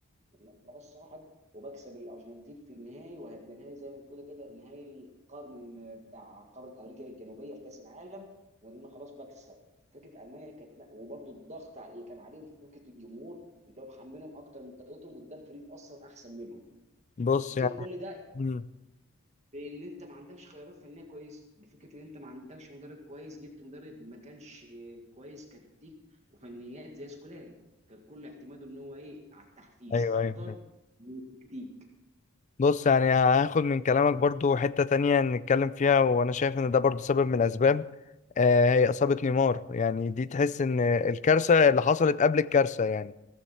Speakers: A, on the right; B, on the left.
A: ان انا خلاص صاعد وبكسب الارجنتين في النهائي وهيبقى نهائي زي ما كده كده نهائي القرن بتاع قاره امريكا الجنوبيه في كاس العالم وان انا خلاص بكسب فكره المانيا كانت وبرده الضغط اللي كان عليهم في فكره الجمهور اللي هو محملهم اكتر من طاقتهم قدام فريق اصلا احسن منهم
B: بص
A: فكره
B: يعني
A: كل ده
B: مم.
A: لان انت ما عندكش خيارات فنيه كويسه بفكره ان انت ما عندكش مدرب كويس جبت مدرب ما كانش كويس كتكتيك وفنيات زي سكولاري كان كل اعتماده ان هو ايه على التحفيز
B: ايوه
A: اكتر
B: ايوه أيوة.
A: من التكتيك
B: بص يعني هاخد من كلامك برضو حتة تانية نتكلم فيها وانا شايف ان ده برضو سبب من الاسباب آه هي اصابة نيمار يعني دي تحس ان الكارثة اللي حصلت قبل الكارثة يعني